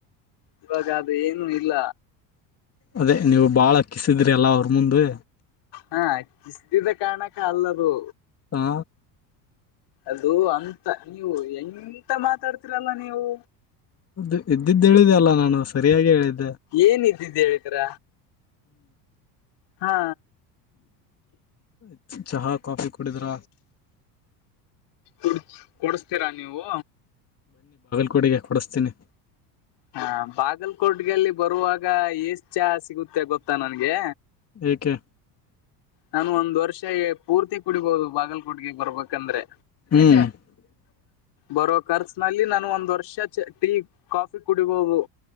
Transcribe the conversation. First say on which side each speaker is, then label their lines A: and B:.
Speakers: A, on the left; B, on the left.
A: ಇವಾಗ ಅದು ಏನು ಇಲ್ಲ.
B: ಅದೇ ನೀವು ಬಾಳ ಕಿಸಿದ್ರಿ ಅಲ್ಲ ಅವ್ರ ಮುಂದೆ.
A: ಹಾ ಕಿಸ್ದಿದ ಕಾರಣಕ್ಕೆ ಅಲ್ಲದು.
B: ಹಾ.
A: ಅದು ಅಂತಾ ನೀವು ಎಂತ ಮಾತಾಡ್ತಿರಲ್ಲ ನೀವು.
B: ದು ಇದ್ದಿದ್ದು ಹೇಳಿದೆ ಅಲ್ಲಾ ನಾನು ಸರಿಯಾಗಿ ಹೇಳಿದ್ದೆ.
A: ಏನ್ದಿದ್ದು ಹೇಳಿದ್ರ ಹಾ.
B: ಆಯ್ತು ಚಹಾ ಕಾಫಿ ಕುಡಿದ್ರ.
A: ಡ್ ಕೊಡಸ್ತೀರಾ ನೀವು.
B: ಕುಡಿಯ ಕೊಡಿಸ್ತೀನಿ.
A: ಹಾ ಬಾಗಲ್ಕೋಟ್ಗಲ್ಲಿ ಬರುವಾಗ ಎಷ್ಟ್ ಚಾ ಸಿಗುತ್ತೆ ಗೊತ್ತಾ ನನ್ಗೆ.
B: ಏಕೆ.
A: ನಾನು ಒಂದ್ ವರ್ಷ ಪೂರ್ತಿ ಕುಡಿಬೋದು ಬಾಗಲ್ಕೋಟ್ಗೆ ಬರ್ಬೇಕಂದ್ರೆ.
B: ಹ್ಮ.
A: ಬರೋ ಖರ್ಚ್ನಲ್ಲಿ ನಾನು ಒಂದ್ ವರ್ಷ ಟೀ ಕಾಫಿ. ಕುಡಿಬೋದು.